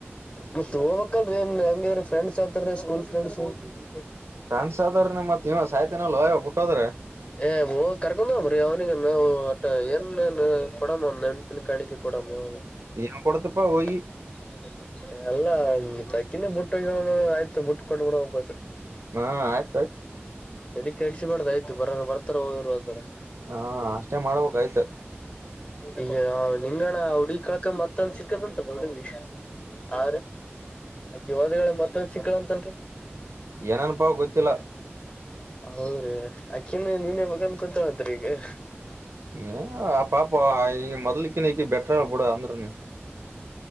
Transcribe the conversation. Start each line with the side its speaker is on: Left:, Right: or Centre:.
Left: ಮತ್ತೆ ಹೋಗಬೇಕುನು, ರೀ! ಎಲ್ಲಾ ನಿಯರ್ ಫ್ರೆಂಡ್ಸ್, ಆಗುತ್ತಾರೆರಿ, ಸ್ಕೂಲ್ ಫ್ರೆಂಡ್ಸ್? <unintelligible>
Right: ಫ್ರೆಂಡ್ಸ್ ಅದಾರ ಮತ್ ನೀವ ಸಾಯ್ತೇನಲ್ವ ಬಿಟ್ಟೋದ್ರ
Left: ಹೇ, ಹೋಗು, ಕರ್ಕೊಂಡು ಹೋಗು. <unintelligible> ರೀ, ಅವನಿಗೆ ನಾವು, ಹೋಟ, ಅ ಏನ್ ಕೊಡಮ್ಮ ನೆಣಪಿನ, ಕಾಣಿಕೆ ಕೊಡಮ್ಮ.
Right: ಏನ್ ಕೊಡ್ತಪಾ
Left: <unintelligible>
Right: ಹೋಗಿ
Left: ಅಲ್ಲ ತಿನ್ನ ಬುಟ್ಟು ಈಗನು ಆಯ್ತು ಬಟ್ಟ ಕೊಟ್ಟಬ ಬಿಡ ವಾಪಸ್
Right: ಹಾ ಆಯತ
Left: ಚಳ ಕೆಡ್ಸಸಬಾರ್ದ ಆ್ತ ಬರೋ ಬರ್ತಾರ ಅವರು ಅದರ
Right: ಹಾ ಅಷ್ಟೇ ಮಾಡ್ಬೇಕಕ್ ಆಯ್ತು
Left: ಈ ನಿಂಗಣ್ಣ ಹುಡಿ ಕಳಕ ಮತ್ತಂದ ಸಿಕ್ಕದಂತದ ಹುಡಿ ಆ ಅಕೆ ಹದ ಮತ್ತೊಂದ ಸಿಕ್ಕಳ ಅಂತಲ್ರಿ
Right: ಏನಾನಪಾ ಕೊಚ್ಚಲ
Left: ಹೌದ್ರೀ, ಆಕ್ಟುಯಲ್ಲಿ, ನೆನ್ನೆ ಮದುವೆ, ಕಟುವಾನುತ್ಹವಾರಿ. <unintelligible>
Right: ಏ, ಪಾಪ! ಈ ಮೊದ್ಲಿಕ್ಕೆ. <unintelligible> ಬೆಟರ್, ಬಿಡು, ಅಂದ್ರೆ ನೀನು. <inaudible>